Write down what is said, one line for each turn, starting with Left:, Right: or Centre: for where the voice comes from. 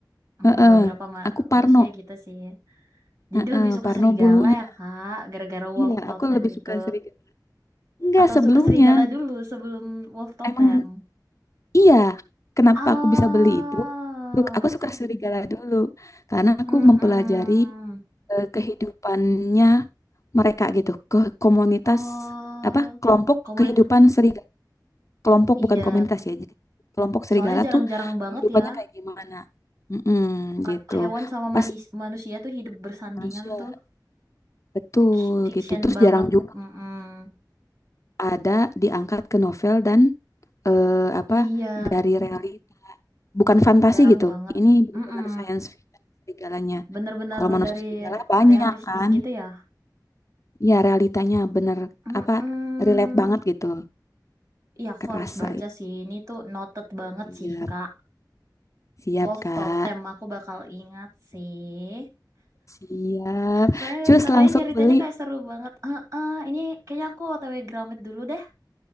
Right: mm,
Left: Heeh.
Right: beberapa ma-
Left: Aku Parno,
Right: manusia gitu sih. Jadi
Left: Heeh,
Right: lebih suka
Left: Parno
Right: serigala
Left: bulunya.
Right: ya Kak, gara-gara wolf
Left: Iya,
Right: totem
Left: aku lebih
Right: itu.
Left: suka serigala. Enggak
Right: Atau
Left: sebelumnya,
Right: suka serigala dulu sebelum wolf totem?
Left: emang iya. Kenapa
Right: Oh,
Left: aku bisa beli itu? Tuh, Aku suka serigala dulu karena aku
Right: mm-mm.
Left: mempelajari eh, kehidupannya mereka gitu, ke komunitas
Right: Oh,
Left: apa kelompok
Right: komunitas
Left: kehidupan serigala kelompok
Right: Iya,
Left: bukan komunitas ya. Jadi kelompok serigala
Right: soalnya jarang-jarang
Left: tuh
Right: banget
Left: kehidupannya
Right: ya
Left: kayak gimana? Mm-mm,
Right: ma-
Left: gitu.
Right: hewan sama
Left: Pas
Right: manis- manusia tuh hidup bersandingan
Left: Malaysia
Right: tuh
Left: betul
Right: Fik- fiction
Left: gitu. Terus
Right: banget.
Left: jarang juga
Right: Mm-mm.
Left: ada diangkat ke novel dan eh, apa
Right: Iya,
Left: dari realita. Bukan fantasi
Right: jarang
Left: gitu.
Right: banget.
Left: Ini benar-benar
Right: Mm-mm.
Left: science fiction serigalanya.
Right: Bener-bener
Left: Kalau manusia
Right: dari
Left: serigala
Right: re-
Left: banyak
Right: realistis
Left: kan,
Right: gitu ya.
Left: ya realitanya bener
Right: Mm-mm.
Left: apa relate banget gitu.
Right: Iya, aku
Left: Kerasa
Right: harus baca
Left: ya.
Right: sih. Ini tuh noted banget
Left: Siap,
Right: sih, Kak.
Left: siap
Right: Wolf
Left: Kak.
Right: Totem, aku bakal ingat sih.
Left: Siap.
Right: Soalnya
Left: Cus
Right: kakaknya
Left: langsung
Right: nyeritanya
Left: beli.
Right: kayak seru banget. Heeh, ini kayaknya aku OTW Gramet dulu deh.